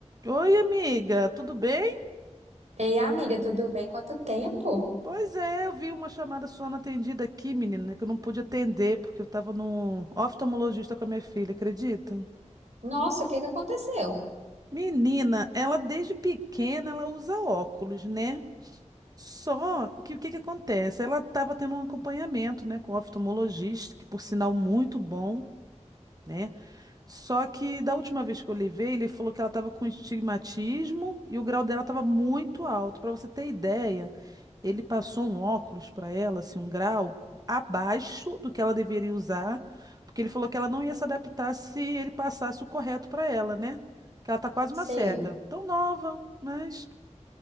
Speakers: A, on the right; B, on the right.
A: Oi, amiga, tudo bem?
B: Ei, amiga, tudo bem? Quanto tempo?
A: Pois é, eu vi uma chamada sua não atendida aqui, menina, que eu não pude atender porque eu estava no oftalmologista com a minha filha, acredita?
B: Nossa, o que que aconteceu?
A: Menina, ela desde pequena ela usa óculos, né? Só que o que que acontece? Ela estava tendo um acompanhamento, né, com o oftalmologista, que por sinal muito bom, né? Só que da última vez que eu levei, ele falou que ela estava com estigmatismo e o grau dela estava muito alto. Para você ter ideia, ele passou um óculos para ela, assim, um grau abaixo do que ela deveria usar, porque ele falou que ela não ia se adaptar se ele passasse o correto para ela, né? Que ela tá quase
B: Sei.
A: uma cega, tão nova, mas